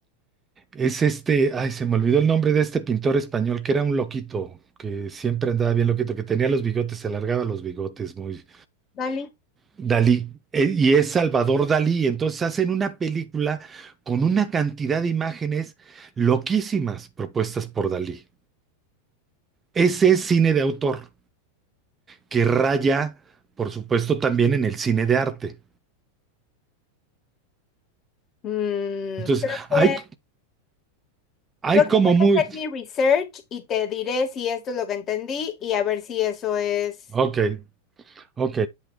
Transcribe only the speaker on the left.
Dali.
Mm,
creo
que,
creo que
voy
a hacer mi research y te diré si esto es lo que entendí y a ver si eso es